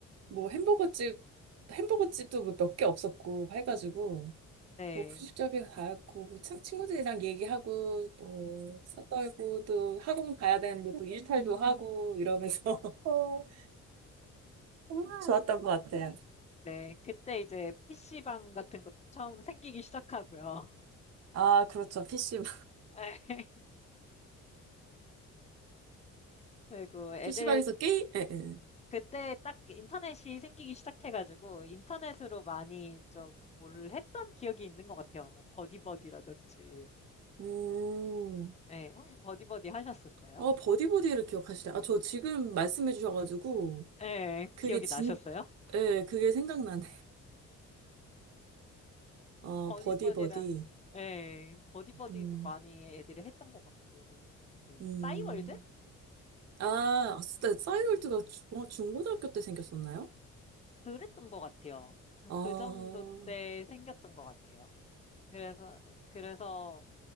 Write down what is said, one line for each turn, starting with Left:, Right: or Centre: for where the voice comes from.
Right: 뭐 햄버거집, 햄버거집도 몇 개 없었고, 해가지고,
Left: 네.
Right: 뭐 분식집이 다였고, 뭐 참, 친구들이랑 얘기하고, 뭐, 싸떨고, 또 학원 가야 되는데 또 일탈도 하고, 이러면서. <laughs> 어, 정말 좋았던 것 같아요.
Left: 네. 그때 이제 PC방 같은 것도 처음 생기기 시작하고요.
Right: 아, 그렇죠. PC방.
Left: <laughs> 네. 그리고 애들
Right: PC방에서 게임? 예, 예.
Left: 그때 딱 인터넷이 생기기 시작해가지고 인터넷으로 많이 좀 뭘 했던 기억이 있는 것 같아요. 뭐 버디버디라든지. 뭐.
Right: 음,
Left: 예, 혹시 버디버디 하셨었어요?
Right: 어, 버디버디를 기억하시네. 아, 저 지금 말씀해 주셔가지고,
Left: 예,
Right: 그게
Left: 기억이
Right: 진,
Left: 나셨어요?
Right: 예, 그게 생각나네. 어,
Left: 버디버디랑
Right: 버디버디.
Left: 예, 버디버디도
Right: 음,
Left: 많이 애들이 했던 것 같고 그리고 그
Right: 음.
Left: 싸이월드?
Right: 아, 아, 진짜 싸이월드가 주, 어, 중고등학교 때 생겼었나요?
Left: 그랬던 것 같아요.
Right: 아, 어,
Left: 그 정도 때 생겼던 것 같아요. 그래서 그래서